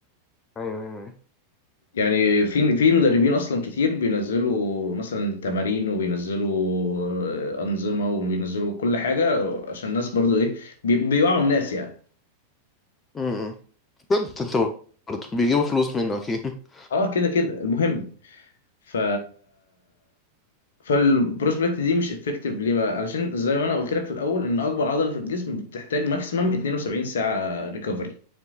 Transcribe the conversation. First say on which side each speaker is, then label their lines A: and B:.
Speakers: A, on the left (about 20°); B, on the left (about 60°).
A: ايوه ايوه ايوه
B: يعني في في مدربين اصلا كتير بينزلوا مثلا تمارين وبينزلوا آه، انظمه وبينزلوا كل حاجه عشان الناس برضو ايه بي- بيوعوا الناس يعني
A: مم. كنت انت برضه بيجيبوا فلوس منه اكيد <laughs>
B: اه كده كده المهم ف فالبروس بليت دي مش افكتيف ليه بقى علشان زي ما انا قلت لك في الاول ان اكبر عضله في الجسم بتحتاج ماكسيمم 72 ساعه ريكفري